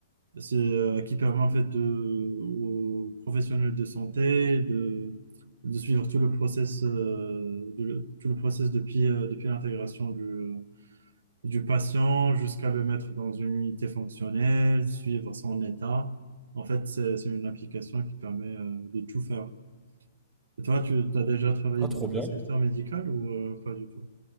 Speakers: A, on the right (about 85°); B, in the centre.
A: C'est, euh, qui permet en fait de, aux professionnels de santé de, de suivre tout le process, euh, de le- tout le process depuis, euh, depuis l'intégration du, euh, du patient jusqu'à le mettre dans une unité fonctionnelle, suivre son état. En fait, c'est, c'est une application qui permet, euh, de tout faire. Et toi, tu as déjà travaillé
B: Ah,
A: dans
B: trop
A: le
B: bien.
A: secteur médical ou, euh, pas du tout?